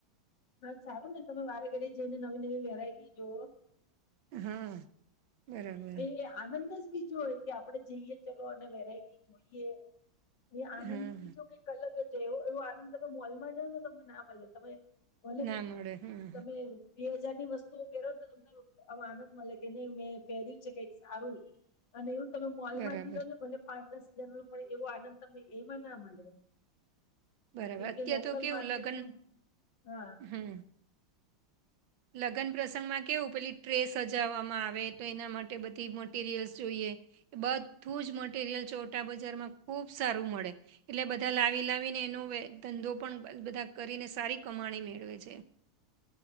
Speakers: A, on the left; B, on the right.
A: હા સારું ને તમે વારે ઘડી જઈને નવી નવી વેરાઈટી જોઓ.
B: હા. બરાબર
A: એ આનંદ જ બીજો હોય. કે આપડે જઈએ ચલો અને વેરાયટી જોઈએ એ આનંદ
B: હા
A: બીજો.
B: હા.
A: અલગ જવો એવો આનંદ તમે મોલમાં જાવઓ ને તમને ના મળે તમે. ભલે
B: ના
A: પેલી
B: મળે હા હા.
A: તમે બે હજાર ની વસ્તુઓ પહેરો ને તો તમને આ આનંદ મળે કે નઈ. મે પહેર્યું છે કઈક સારું અને એવું તમે મોલ
B: બરાબર
A: માંથી લો ને તો. ભલે પાંચ દસ હજાર નુ પડે એવો આનંદ તમને એમાં ના મળે.
B: બરાબર
A: કેમ
B: અત્યારે
A: કે લોકલ
B: તો કેવું
A: માર્કેટમાં
B: લગ્ન
A: હા.
B: હમ લગ્ન પ્રસંગમાં કેવું પેલી ટ્રેસ સજાવવામાં આવે તો એના માટે બધી મટીરિયલ્સ જોઈએ. એ બધું જ મટીરિયલ ચોટા બજારમાં ખુબ સારું મળે. એટલે બધા લાવી લાવીને એનો ધંધો પણ બધા કરીને સારી કમાણી મેળવે છે.